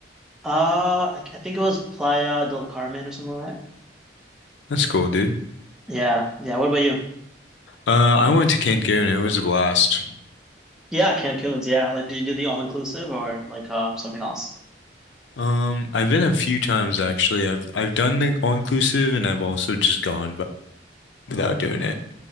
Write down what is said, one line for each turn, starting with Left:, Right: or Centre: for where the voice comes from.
Centre: Uh, I, I think it was Playa del Carmen or something like that.
Left: That's cool, dude.
Centre: Yeah, yeah. What about you?
Left: Uh, I went to Cancun. It was a blast.
Centre: Yeah, Cancun's. Yeah, like, did you do the all inclusive or like uh, something else?
Left: Um, I've been a few times actually. I've I've done the all-inclusive and I've also just gone but without doing it.